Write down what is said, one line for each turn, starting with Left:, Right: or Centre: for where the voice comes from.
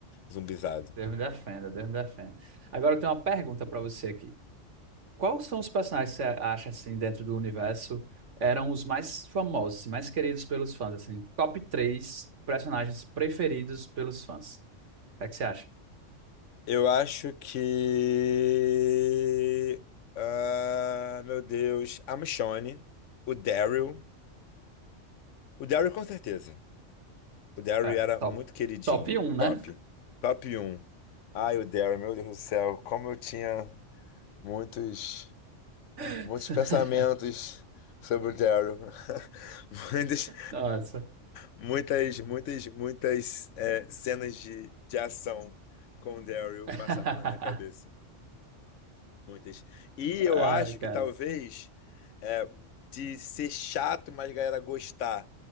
Left: zumbizado.
Right: Deus me defenda, Deus me defenda. Agora eu tenho uma pergunta para você aqui. Quais são os personagens que você acha assim dentro do universo eram os mais famosos, mais queridos pelos fãs, assim, top três personagens preferidos pelos fãs? O que é que você acha?
Left: Eu acho que. Ah, meu Deus. A Michonne, o Daryl. O Daryl, com certeza. O Daryl
Right: É,
Left: era
Right: top.
Left: muito queridinho.
Right: Top um,
Left: Top.
Right: né?
Left: Top um. Ai, o Daryl, meu Deus do céu. Como eu tinha muitos,
Right: <laughs>
Left: muitos pensamentos sobre o Daryl. <laughs> Muitas,
Right: Nossa.
Left: muitas, muitas, muitas, muitas, é, cenas de, de ação com o Daryl
Right: <laughs>
Left: passavam na minha cabeça. Muitas. E eu
Right: Ah,
Left: acho que
Right: cara.
Left: talvez é, de ser chato, mas a galera gostar.